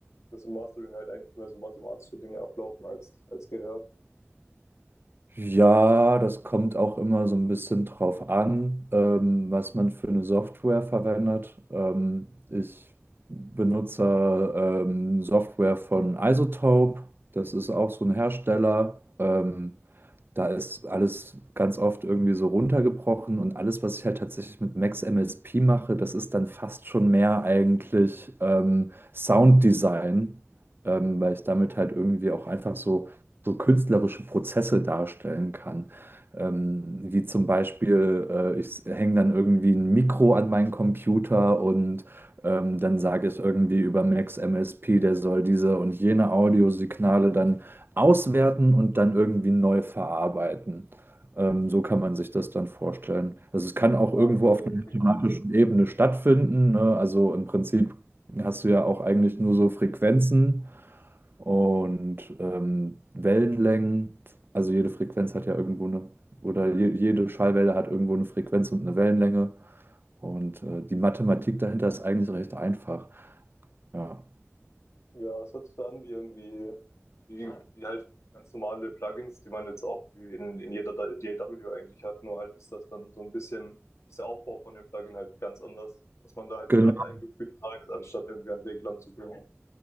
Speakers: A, on the left; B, on the right.
A: dass im Mastering halt eigentlich mehr so mathematische Dinge ablaufen als, als Gehör.
B: Ja, das kommt auch immer so ein bisschen drauf an, ähm, was man für eine Software verwendet. Ähm, ich benutze ähm, Software von Isotope. Das ist auch so ein Hersteller. Ähm, da ist alles ganz oft irgendwie so runtergebrochen und alles, was ich halt tatsächlich mit Max MSP mache, das ist dann fast schon mehr eigentlich ähm, Sounddesign, ähm, weil ich damit halt irgendwie auch einfach so so künstlerische Prozesse darstellen kann. Ähm, wie zum Beispiel, äh, ich hänge dann irgendwie ein Mikro an meinen Computer und ähm, dann sage ich irgendwie über Max MSP, der soll diese und jene Audiosignale dann auswerten und dann irgendwie neu verarbeiten. Ähm, so kann man sich das dann vorstellen. Also es kann auch
A: Ah,
B: irgendwo
A: okay,
B: auf einer
A: okay.
B: mathematischen Ebene stattfinden, ne? Also im Prinzip hast du ja auch eigentlich nur so Frequenzen und ähm, Wellenlängen. Also jede Frequenz hat ja irgendwo eine, oder je, jede Schallwelle hat irgendwo eine Frequenz und eine Wellenlänge. Und äh, die Mathematik dahinter ist eigentlich recht einfach. Ja.
A: Ja, es hört sich so an wie irgendwie, wie, wie halt ganz normale Plugins, die man jetzt auch wie in, in jeder DAW eigentlich hat, nur halt ist das dann so ein bisschen, ist der Aufbau von dem Plugin halt ganz anders, dass man da halt
B: Genau.
A: die Werte eingefügt hat, anstatt irgendwie an Reglern zu gehen.